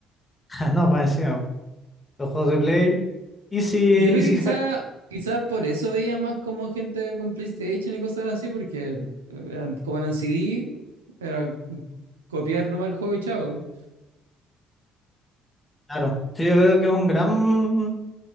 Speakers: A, on the left (about 25°); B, on the right (about 80°).
A: <laughs> no, para encima, los juegos de Play Easy,
B: yo creo
A: Easy
B: que quizás
A: Hack,
B: quizás por eso veía más como gente con PlayStation y cosas así, porque eh, eran- como eran CD, era copiar nomás el juego y chao.
A: claro. Sí, yo creo que es un gran,